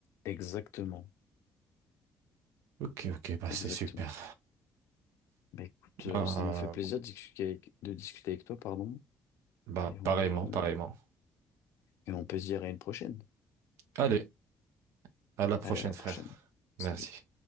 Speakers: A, on the left (about 80°); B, on the right (about 85°).
A: exactement,
B: Ok, ok, bah
A: exactement.
B: c'est super.
A: Bah écoute,
B: Bah,
A: euh, ça m'a fait plaisir de discuter avec, de discuter avec toi, pardon.
B: bah
A: Et on,
B: pareillement,
A: on-
B: pareillement.
A: et on peut se dire à une prochaine.
B: Allez, à la prochaine,
A: Allez, à la prochaine.
B: frère.
A: Salut.
B: Merci.